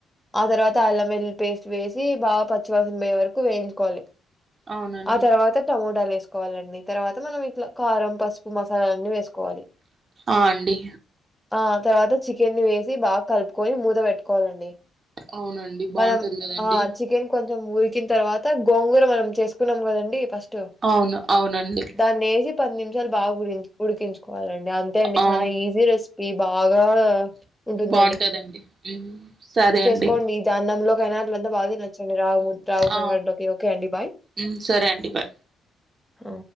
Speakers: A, in the centre; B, on the right (about 45°).
A: ఆ తర్వాత అల్లం వెల్లుల్లి పేస్ట్ వేసి బాగా పచ్చి వాసన పోయే వరకు వేయించుకోవాలి
B: అవునండి
A: ఆ తర్వాత టమోటాలు వేసుకోవాలండి తర్వాత మనం ఇట్లా కారం పసుపు మసాలలన్నీ వేసుకోవాలి
B: ఆ అండి
A: ఆ తర్వాత చికెన్ని వేసి బాగా కలుపుకొని మూత పెట్టుకోవాలండి
B: అవునండి బాగుంటది
A: మనం
B: కదండి
A: ఆ చికెన్ కొంచెం ఊరికిన తర్వాత గోంగూర మనం చేసుకున్నాం కదండి ఫస్ట్
B: అవును అవునండి.
A: దాన్ని వేసి పది నిమిషాలు బాగురించి ఉడికించుకోవాలండి అంతే అండి
B: ఆ
A: చానా ఈజీ రెసిపీ బాగా ఉంటుందండి
B: బావుంటదండి ఉమ్ సరే
A: చేసుకోండి
B: అండి.
A: ఇది అన్నంలోకైనా అట్లంతా బాగా తినొచ్చండి, రాగి ముద్ద, సంగట్లోకి
B: ఆ
A: ఓకే అండి బాయ్.
B: ఉమ్, సరే అండి బాయ్
A: ఆ